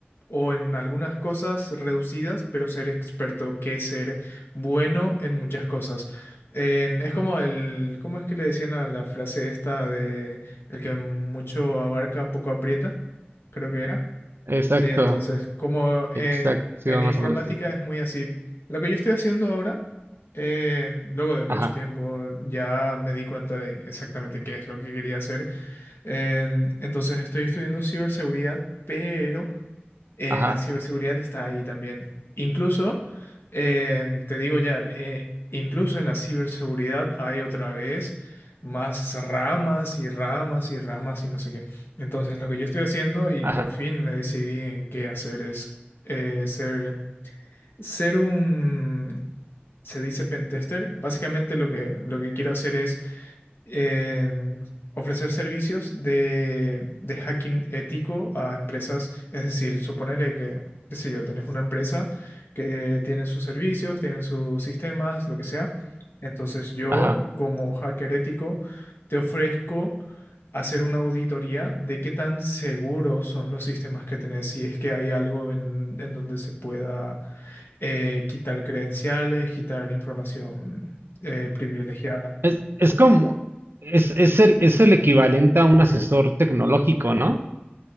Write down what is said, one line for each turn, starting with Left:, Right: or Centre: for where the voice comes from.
Left: o en algunas cosas reducidas, pero ser experto que ser bueno en muchas cosas. En- es como el, ¿cómo es que le decían a la frase esta de el que mucho abarca, poco aprieta? Creo que era.
Right: Exacto.
Left: Sí, entonces, como eh,
Right: Exacto. Sí,
Left: en
Right: va más
Left: informática
Right: o menos así.
Left: es muy así. Lo que yo estoy haciendo ahora, eh, luego de mucho
Right: Ajá.
Left: tiempo, ya me di cuenta de exactamente qué es lo que quería hacer. En- entonces, estoy estudiando ciberseguridad, pero eh,
Right: Ajá.
Left: la ciberseguridad está ahí también. Incluso, eh, te digo ya, eh, incluso en la ciberseguridad hay otra vez más ramas y ramas y ramas y no sé qué. Entonces, lo que yo estoy haciendo y
Right: Ajá.
Left: por fin me decidí en qué hacer es eh, ser, ser un, se dice pentester. Básicamente lo que, lo que quiero hacer es en ofrecer servicios de, de hacking ético a empresas. Es decir, suponele que, qué sé yo, tenés una empresa que tiene sus servicios, tiene sus sistemas, lo que sea. Entonces yo,
Right: Ajá.
Left: como hacker ético, te ofrezco hacer una auditoría de qué tan seguros son los sistemas que tenés, si es que hay algo en, en donde se pueda eh, quitar credenciales, quitar información eh, privilegiada.
Right: Es, es como, es, es el, es el equivalente a un asesor tecnológico, ¿no?